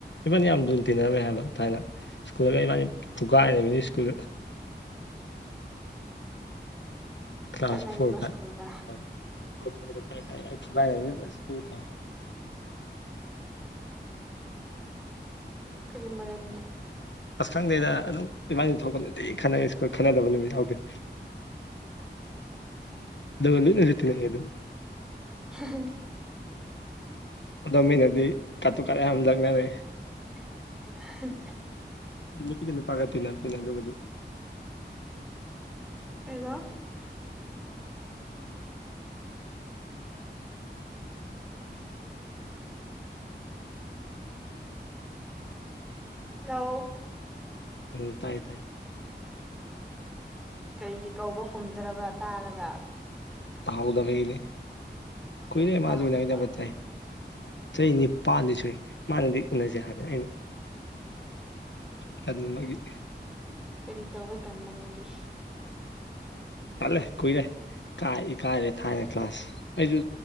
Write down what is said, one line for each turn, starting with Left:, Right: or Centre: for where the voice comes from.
Left: ꯏꯕꯥꯅꯤ ꯌꯥꯝ ꯂꯅ ꯇꯤꯟꯅꯔꯝꯃꯦ ꯍꯥꯏꯕ ꯊꯥꯏꯅ ꯁ꯭ꯀꯨꯜꯂꯒ ꯏꯕꯥꯅꯤ ꯄꯨꯀꯥꯏꯔꯃꯤꯅꯤ ꯁ꯭ꯀꯨꯜ ꯀ꯭ꯂꯥꯁ
Centre: ꯈꯠꯅꯔꯤꯕ
Left: ꯐꯣꯔ ꯐꯥꯏꯚ
Centre: ꯁ꯭ꯀꯨꯜꯗ
Left: ꯍꯣꯏ ꯐ ꯐꯥꯏꯒꯥꯏ ꯁꯀꯨ ꯀ꯭ꯂ
Centre: ꯀꯔꯤ ꯃꯔꯝꯒꯤ
Left: ꯑꯁꯈꯪꯗꯩꯗ ꯑꯗꯨꯝ ꯏꯕꯥꯥꯡꯗꯨ ꯊꯣꯛꯄꯅꯗꯤ ꯈꯟꯅꯩ ꯁꯀꯣꯏ ꯈꯟꯅꯗꯕ ꯅꯨꯃꯤꯠ ꯌꯥꯎꯗꯦ ꯑ ꯅꯔꯤꯛꯇꯅꯦ ꯑ ꯑꯗꯨ
Centre: <unintelligible>
Left: ꯑꯗꯣ ꯃꯤꯅꯗꯤ ꯀꯥꯠꯇꯨ ꯀꯥꯂꯦ ꯌꯥꯝ ꯂꯪꯅꯔꯦ
Centre: <unintelligible>
Left: ꯅꯨꯄꯤꯒꯤ ꯅꯨꯄꯥꯥꯒꯠꯇꯦꯅꯅ ꯑꯗꯨꯒꯗꯤ
Centre: ꯍꯥꯏꯕ <inaudible> ꯍꯂꯣ
Left: ꯎꯝ ꯇꯥꯏꯌꯦ ꯇꯥꯏꯌꯦ
Centre: ꯀꯔꯤ ꯀꯧꯕ ꯈꯨꯝꯗ꯭ꯔꯕ ꯇꯥꯔꯒ
Left: ꯇꯍꯒꯗꯕꯩ ꯀꯗꯅꯦ ꯀꯨꯏꯔꯦ
Centre: ꯀꯔꯤꯒꯤ
Left: ꯃꯥꯖꯣꯏꯅ
Centre: ꯇꯥꯍꯧꯗꯕ
Left: ꯀꯗꯕ ꯆꯥꯏ ꯆꯍꯤ ꯅꯤꯄꯥꯟꯗꯤ ꯁꯨꯏ ꯃꯥꯅꯗꯤ ꯎꯅꯁꯦ ꯍꯥꯏꯕꯅ ꯑꯩꯅ ꯇꯟꯕꯒꯤ
Centre: ꯀꯔꯤ ꯇꯧꯧꯕ ꯇꯟꯝꯕ ꯅꯪꯗꯤ
Left: ꯇꯠꯂꯦ ꯀꯨꯏꯔꯦ ꯀꯥꯏ ꯀꯥꯏꯔꯦ ꯊꯥꯏꯅ ꯀ꯭ꯂꯥꯁ ꯑꯩꯁꯨ